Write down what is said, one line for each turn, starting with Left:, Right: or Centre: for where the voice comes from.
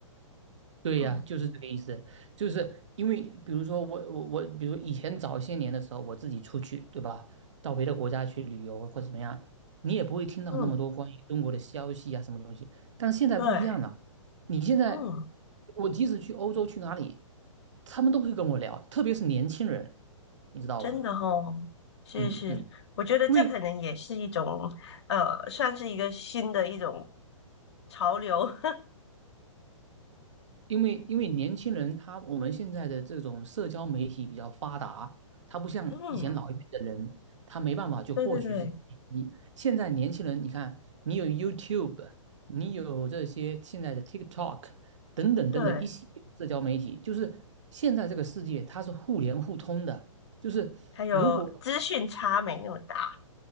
Right: 对呀，
Left: 嗯
Right: 就是这个意思，就是因为比如说我我我，比如以前早些年的时候，我自己出去，对吧？到别的国家去旅游或者怎么样，你也不会听到那么多关于中国的消息啊，
Left: 嗯，
Right: 什么东西。但是现在不一样了，
Left: 对，
Right: 你现在
Left: 嗯。
Right: 我即使去欧洲去哪里，他们都会跟我聊，特别是年轻人，你知道吧？
Left: 真的哦，是是，
Right: 嗯嗯，
Left: 我觉得这可能也是一种，
Right: 因为
Left: 呃，算是一个新的一种潮流。<laughs>
Right: 因为因为年轻人他我们现在的这种社交媒体比较发达，他不像以前老一辈的人，
Left: 嗯，
Right: 他没办法去获取信息。
Left: 对对对
Right: 现在年轻人，你看，你有 YouTube，你有这些现在的 TikTok 等等等等一系列的社交媒体，
Left: 对，
Right: 就是现在这个世界它是互联互通的，就是如果
Left: 还有资讯差没那么大。